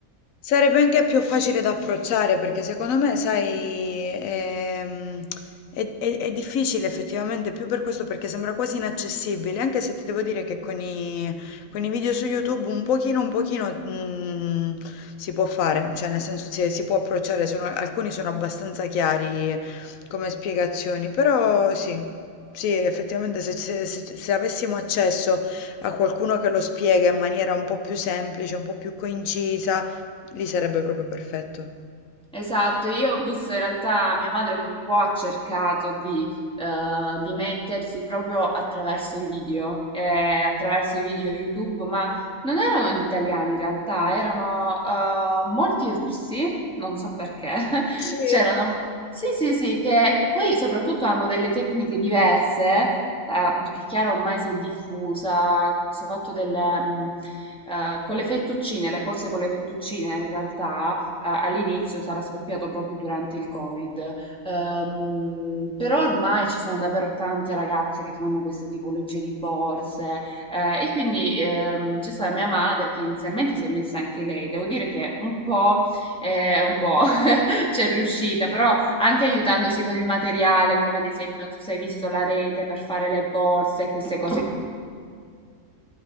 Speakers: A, on the left (about 70°); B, in the centre.
A: Sarebbe anche più facile da approcciare perché secondo me, sai, ehm, è, è- è difficile effettivamente più per questo perché sembra quasi inaccessibile, anche se ti devo dire che con i, con i video su YouTube un pochino, un pochino mm, si può fare, cioè nel senso si, si può approcciare, sono- alcuni sono abbastanza chiari come spiegazioni, però sì, sì, effettivamente se se- se- se avessimo accesso a qualcuno che lo spiega in maniera un po' più semplice, un po' più concisa, Lì sarebbe proprio perfetto.
B: Esatto, io ho visto in realtà mia madre che un po' ha cercato di, eh, di mettersi proprio attraverso i video, eh, attraverso i video YouTube, ma non erano gli italiani in realtà, erano eh, molti russi, non so perché, <laughs>
A: Sì?
B: c'erano... Sì, sì, sì, che e poi soprattutto hanno delle tecniche diverse, eh, perché è chiaro ormai si è diffusa questo fatto delle... mm, eh, con le fettuccine, le borse con le fettuccine in realtà a- all'inizio sarà scoppiato proprio durante il Covid. Ehm, però ormai ci sono davvero tante ragazze che fanno questa tipologia di borse eh, e quindi ehm, c'è stata mia madre che inizialmente si è messa anche lei. Devo dire che un po', eh, un po' <laughs> c'è riuscita, però anche aiutandosi con il materiale, come ad esempio, non so se hai visto la rete per fare le borse e queste cose